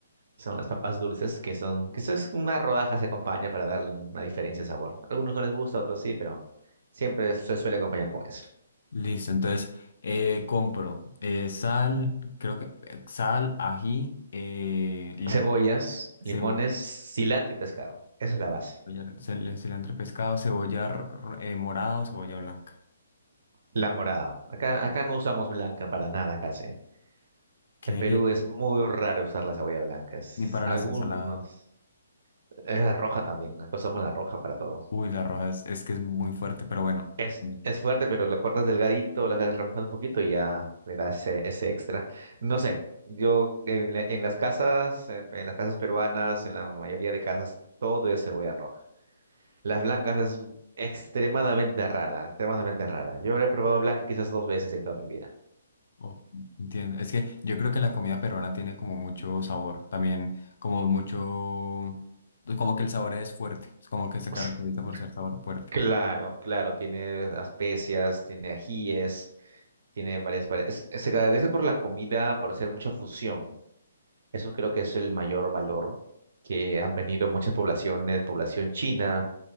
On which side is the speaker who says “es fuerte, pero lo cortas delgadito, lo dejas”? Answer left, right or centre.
Right